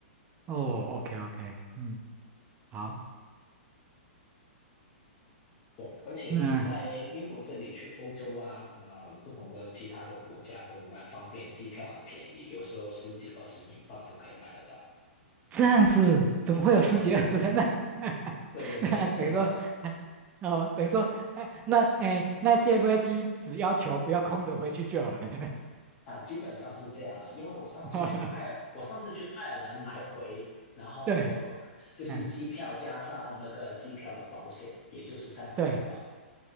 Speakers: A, on the right; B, on the left.
A: 哦，OK OK，嗯，好，
B: 对，而且在英国这里去欧洲啊，
A: 那
B: 呃，不同的其他的国家都蛮方便，机票很便宜，有时候十几二十英镑都可以买得到。
A: 这样子怎么会有十几二十人呢？
B: 对对对
A: <laughs>
B: 对对对，
A: 那等于说，
B: 真的。
A: 哦，等于说，呃那哎，那些飞机只要求不要空着回去就好了。
B: 啊，基本上是这样啦，因为我上次去爱尔，
A: <laughs>
B: 我上次去爱尔兰来回，然后就是机票加上那个机票的保险，
A: 对，哎，
B: 也就是三十英镑
A: 对，